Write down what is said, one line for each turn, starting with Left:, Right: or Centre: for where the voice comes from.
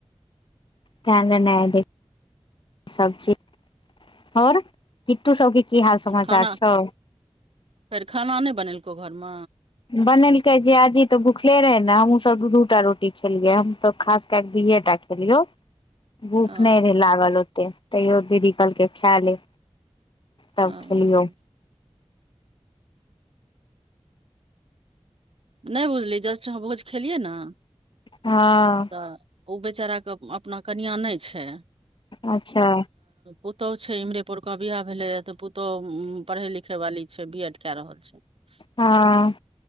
Left: त नेने एलिइ। सब चीज। और। कीट्टू सबके की हाल समाचार
Right: खाना
Left: छौ।
Right: फेर खाना नहि बनेलकौ घरमे
Left: बनेलकै जियाजी तऽ भुखले रहै ने, हमहुू सभ दू- दूटा रोटी खेलियै हमसब खास के दुएटा खेलियो। भूख
Right: अ
Left: नै रहै लागल ओतै, तैयो दीदी कहलकै खैए ले। तब
Right: आं
Left: खेलियौ
Right: हूं। नै बुझलिय जस्ट अहाँ भोज खेलियै न
Left: हँ
Right: तऽ ओ बेचाराके अपना कनियां नै छै।
Left: अच्छा!
Right: पुतौहु छै इम्हरे पोंरका बियाह भेले ते, पुतोहु पढ़े लिखे वाली छै, बी एड कैऽ रहल छै। ह
Left: हँऽ।